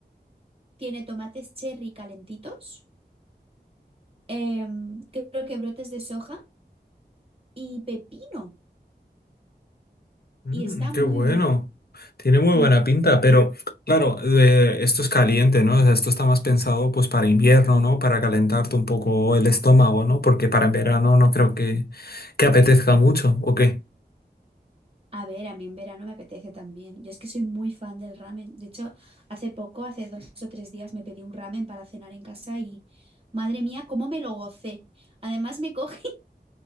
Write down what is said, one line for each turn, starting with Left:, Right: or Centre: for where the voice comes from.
Right: tiene tomates cherry calentitos, em, creo que brotes de soja y pepino.
Left: Mm,
Right: Y está
Left: qué
Right: muy
Left: bueno.
Right: bueno.
Left: Tiene muy
Right: Mm.
Left: buena pinta, pero claro, eh, esto es caliente, ¿no? O sea, esto está más pensado pues para invierno, ¿no? Para calentarte un poco el estómago, ¿no? Porque para en verano no creo que, que apetezca mucho, ¿o qué?
Right: A ver, a mí en verano me apetece también. Yo es que soy muy fan del ramen. De hecho, hace poco, hace dos o tres días, me pedí un ramen para cenar en casa y madre mía, cómo me lo gocé. Además me cogí,